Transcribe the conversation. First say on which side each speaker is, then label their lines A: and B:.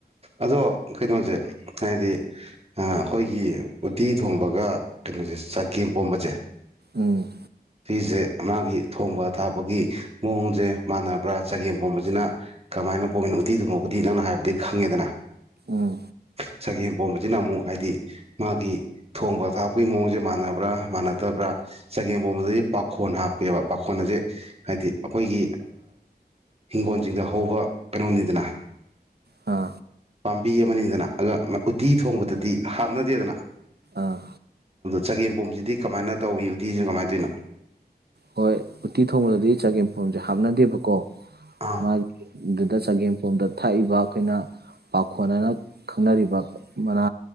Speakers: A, on the right; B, on the right.
A: ꯑꯗꯣ ꯀꯩꯅꯣꯁꯦ ꯍꯥꯏꯗꯤ ꯑꯩꯈꯣꯏꯒꯤ ꯎꯠꯇꯤ ꯊꯣꯡꯕꯒ ꯀꯩꯅꯣꯁꯦ ꯆꯒꯦꯝ ꯄꯣꯝꯕꯁꯦ
B: ꯎꯝ
A: ꯎꯇꯤꯁꯦ ꯃꯥꯒꯤ ꯊꯣꯡꯕ ꯊꯥꯕꯒꯤ ꯃꯑꯣꯡꯁꯦ ꯃꯥꯟꯅꯕ꯭ꯔꯥ ꯆꯒꯦꯝ ꯄꯣꯝꯕꯁꯤꯅ ꯀꯃꯥꯏꯅ ꯄꯣꯝꯃꯤꯅꯣ ꯎꯇꯤ ꯊꯣꯡꯉꯄꯗꯤ ꯅꯪꯅ ꯍꯥꯏꯕꯗꯤ ꯈꯪꯉꯦꯗꯅ
B: ꯎꯝ
A: ꯁꯒꯦꯝ ꯑꯄꯣꯝꯕꯁꯤꯅ ꯑꯃꯨꯛ ꯍꯥꯏꯗꯤ ꯃꯥꯒꯤ ꯊꯣꯡꯕ ꯊꯥꯛꯄꯒꯤ ꯃꯑꯣꯡꯁꯦ ꯃꯥꯟꯅꯕ꯭ꯔꯥ ꯃꯥꯟꯅꯗꯕ꯭ꯔꯥ ꯆꯒ ꯑꯝꯕꯣꯝꯕꯗꯗꯤ ꯄꯥꯈꯣꯟ ꯍꯥꯞꯄꯦꯕ ꯄꯥꯈꯣꯟ ꯑꯁꯦ ꯍꯥꯏꯗꯤ ꯑꯩꯈꯣꯏꯒꯤ ꯏꯤꯡꯈꯣꯜꯁꯤꯡꯗ ꯍꯧꯕ ꯀꯩꯅꯣꯅꯤꯗꯅ
B: ꯑ
A: ꯕꯤ ꯑꯃꯅꯤꯗꯅ ꯑꯒ ꯎꯇꯤ ꯊꯣꯡꯕꯗꯗꯤ ꯍꯥꯞꯅꯗꯦꯗꯅ
B: ꯑꯥ
A: ꯆꯒꯦꯝ ꯈꯣꯁꯤꯗꯤ ꯀꯃꯥꯏꯅ ꯇꯧꯋꯤ ꯎꯇꯤꯁꯤꯅ ꯀꯃꯥꯏꯅ ꯇꯤꯟ
B: ꯍꯣꯏ ꯎꯇꯤ ꯊꯣꯡꯕꯗꯗꯤ ꯆꯒꯦꯝ ꯐꯣꯔꯝꯁꯦ ꯍꯥꯞꯅꯗꯦꯕꯀꯣ
A: ꯑꯥ
B: ꯃꯥ ꯗꯗꯥ ꯆ ꯦꯝ ꯐꯣ ꯇ ꯊꯥꯛꯏꯕ ꯑꯩꯈꯣꯏꯅ ꯄꯥꯈꯣꯟ ꯍꯥꯏꯅ ꯈꯪꯅꯔꯤꯕ ꯃꯅꯥ